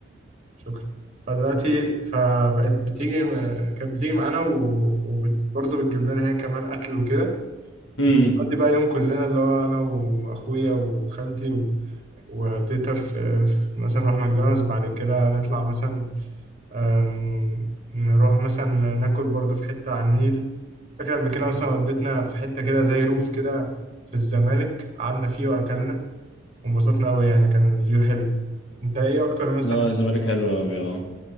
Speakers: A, on the right; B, on the left.
A: شكرا فدلوقتي فبقت بتيجي كانت بتيجي معانا و- وبرضه بتجيب لنا هي كمان أكل وكده
B: امم
A: نقضي بقى يوم كلنا اللي هو أنا وأخويا وخالتي و... وتيتا في... في مثلا نروح ماكدونالدز بعد كده نطلع مثلا أم، نروح مثلا ناكل برضو في حتة على النيل فاكر قبل كده مثلا وديتنا في حتة كده زي روف كده في الزمالك قعدنا فيه وأكلنا وانبسطنا أوي يعني كان الفيو حلو أنت إيه أكتر مثلا
B: لا الزمالك حلو قوي اه